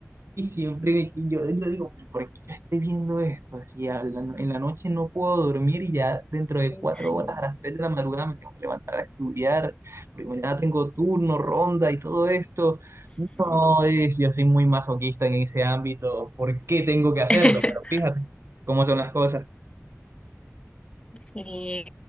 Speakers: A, on the right; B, on the left.
A: y siempre de que yo, yo digo, "¿Pero ¿por qué yo estoy viendo esto? Si a la- en la noche no puedo dormir y ya dentro de cuatro
B: Sí.
A: horas a las tres de la madrugada me tengo que levantar a estudiar, porque mañana tengo turno, ronda y todo esto. No, es, yo soy muy masoquista en ese ámbito. ¿Por qué tengo que hacerlo?
B: <laughs>
A: Pero fíjate cómo son las cosas.
B: Y